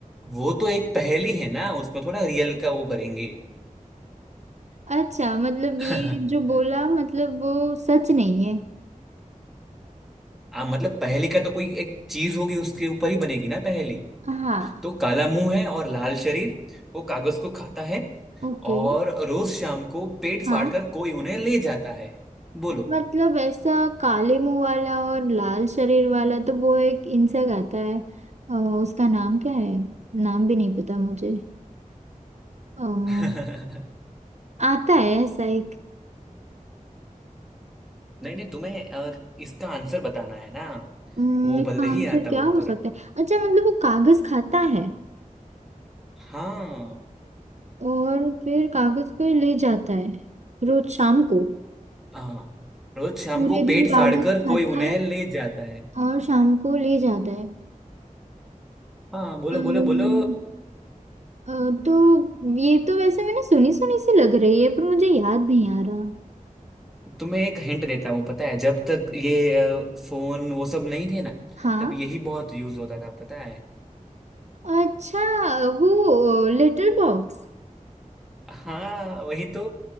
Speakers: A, in the centre; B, on the right (about 55°).
A: वो तो एक पहेली है ना उसमें थोड़ा रियल का वो करेंगे
B: है अच्छा मतलब
A: <laughs>
B: ये जो बोला मतलब वो सच नहीं है
A: आ, मतलब पहेली का तो कोई एक चीज होगी उसके ऊपर ही बनेगी ना पहेली
B: हाँ
A: तो काला मुंह है और लाल शरीर वो कागज को खाता है
B: ओके
A: और रोज शाम को पेट फाड़कर
B: हाँ
A: कोई उन्हें ले जाता है बोलो
B: मतलब ऐसा काले मुंह वाला और लाल शरीर वाला तो वो एक इंसेक्ट आता है अ, उसका नाम क्या है नाम भी नहीं पता मुझे अम,
A: <laughs>
B: आता है ऐसा एक
A: नहीं नहीं तुम्हें अ, इसका आंसर बताना है ना
B: अम,
A: वो
B: इसका
A: भले ही
B: आंसर
A: आता
B: क्या
A: हो
B: हो
A: पर
B: सकता है अच्छा मतलब वो कागज खाता है
A: हाँ
B: और फिर कागज को ले जाता है रोज शाम को
A: हाँ रोज शाम
B: पूरे
A: को पेट
B: दिन
A: फाड़कर
B: कागज खाता
A: कोई उन्हें
B: है
A: ले जाता है
B: और शाम को ले जाता है
A: हाँ बोलो
B: अम्म,
A: बोलो बोलो
B: अ, तो ये तो वैसे मैंने सुनी सुनी सी लग रही है पर मुझे याद नहीं आ रहा
A: तुम्हें एक हिंट देता हूँ पता है जब तक ये अ, फोन वो सब नहीं थे ना
B: हाँ
A: तब यही बहुत यूज होता था पता है
B: अच्छा वो लेटर बॉक्स
A: हाँ वही तो